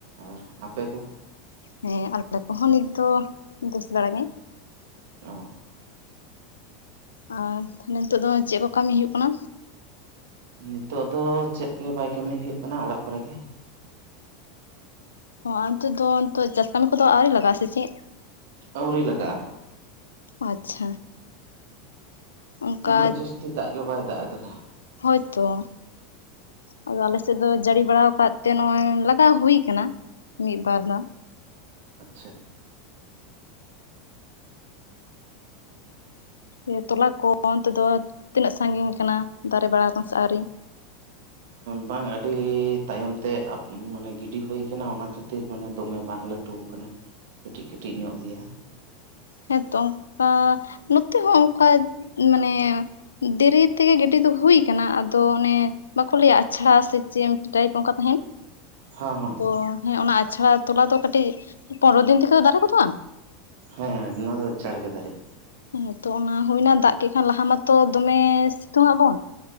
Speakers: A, on the right; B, on the left.
A: ᱟᱨ ᱟᱯᱮ ᱠᱚ?
B: ᱦᱮᱸ ᱟᱞᱮ ᱠᱚᱦᱚᱸ ᱱᱤᱛ ᱫᱚ ᱵᱮᱥ ᱵᱟᱲᱟ ᱜᱮ,
A: ᱚ
B: ᱟᱨ ᱱᱤᱛᱚᱜ ᱫᱚ ᱪᱮᱫ ᱠᱚ ᱠᱟᱹᱢᱤ ᱦᱩᱭᱩᱜ ᱠᱟᱱᱟ?
A: ᱱᱤᱛᱚᱜ ᱫᱚ ᱪᱮᱫᱜ ᱜᱮ ᱵᱟᱭ ᱠᱟᱹᱢᱤ ᱦᱩᱭᱩᱜ ᱠᱟᱱᱟ ᱚᱲᱟᱜ ᱠᱚᱨᱮᱜᱮ,
B: ᱚ ᱚᱱᱛᱮᱫ ᱫᱚ ᱱᱤᱛᱚᱜ ᱪᱟᱥ ᱠᱟᱹᱢᱤ ᱠᱚᱫᱚ ᱟᱹᱣᱨᱤ ᱞᱟᱜᱟᱜᱼᱟ ᱥᱮ ᱪᱮᱫ?
A: ᱟᱹᱣᱨᱤ ᱞᱟᱜᱟᱜᱼᱟ,
B: ᱟᱪᱪᱷᱟ, ᱚᱱᱠᱟ
A: ᱩᱱᱟᱹᱜ ᱡᱟᱹᱥᱛᱤ ᱫᱟᱜ ᱜᱮ ᱵᱟᱭ ᱫᱟᱜ ᱟᱠᱟᱫᱟ,
B: ᱦᱳᱭᱛᱳ, ᱟᱫᱚ ᱟᱞᱮᱥᱮᱫ ᱫᱚ ᱡᱟᱹᱲᱤ ᱵᱟᱲᱟᱭ ᱟᱠᱟᱫ ᱛᱮ ᱱᱚᱜᱼᱚᱭ ᱞᱟᱜᱟᱣ ᱦᱩᱭ ᱟᱠᱟᱱᱟ ᱢᱤᱫ ᱵᱟᱨ ᱫᱚ,
A: ᱟᱪᱪᱷᱟ,
B: ᱤᱭᱟᱹ ᱛᱚᱞᱟ ᱠᱚ ᱚᱱᱛᱮ ᱫᱚ ᱛᱤᱱᱟᱹᱜ ᱥᱟᱜᱤᱧ ᱠᱟᱱᱟ ᱫᱟᱨᱮ ᱵᱟᱲᱟ ᱟᱠ ᱥᱮ ᱟᱹᱣᱨᱤ,
A: ᱵᱟᱝ ᱟᱹᱰᱤᱻ ᱛᱟᱭᱚᱢ ᱛᱮ ᱢᱟᱱᱮ ᱜᱤᱰᱤ ᱦᱩᱭ ᱠᱟᱱᱟ ᱚᱱᱟ ᱠᱷᱟᱹᱛᱤᱨ ᱢᱟᱱᱮ ᱫᱚᱢᱮ ᱵᱟᱝ ᱞᱟᱹ ᱴᱩ ᱟᱠᱟᱱᱟ ᱠᱟᱹᱴᱤᱡ ᱠᱟᱹᱴᱤᱡ ᱧᱚᱜ ᱜᱮᱭᱟ,
B: ᱦᱮᱸᱛᱚ ᱚᱱᱠᱟ ᱱᱚᱛᱮ ᱦᱚᱸ ᱚᱱᱠᱟ ᱢᱟᱱᱮ, ᱫᱮᱨᱤ ᱛᱮᱜᱮ ᱜᱤᱰᱤ ᱫᱚ ᱦᱩᱭᱩ ᱟᱠᱟᱱᱟ ᱟᱫᱚ ᱚᱱᱮ ᱵᱟᱠᱚ ᱞᱟᱹᱭᱟ ᱟᱪᱷᱟᱲᱟ ᱥᱮ ᱪᱮᱫ ᱢᱤᱫᱴᱤᱡ ᱴᱟᱭᱤᱯ ᱚᱱᱠᱟ ᱛᱟᱦᱮᱸᱱ?
A: ᱦᱚᱸ, ᱦᱚᱸ,
B: ᱛᱚ ᱦᱮᱸ ᱚᱱᱟ ᱟᱪᱷᱟᱲᱟ ᱛᱚᱞᱟ ᱫᱚ ᱠᱟᱴᱤᱡ ᱯᱚᱱᱨᱚ ᱫᱤᱱ ᱛᱮᱠᱮ ᱫᱚ ᱫᱟᱨᱮ ᱜᱚᱫᱚᱜᱼᱟ?
A: ᱦᱮᱸ ᱱᱚᱣᱟ ᱫᱚ ᱪᱟᱸᱲᱜᱮ ᱫᱟᱨᱮᱼᱟ᱾
B: ᱦᱮᱸ ᱛᱚ ᱚᱱᱟ ᱦᱩᱭᱱᱟ ᱫᱟᱜ ᱠᱮᱫ ᱠᱷᱟᱱ ᱞᱟᱦᱟ ᱢᱟᱛᱚ ᱫᱚᱢᱮ ᱥᱤᱛᱩᱝᱼᱟᱜ ᱵᱚᱱ,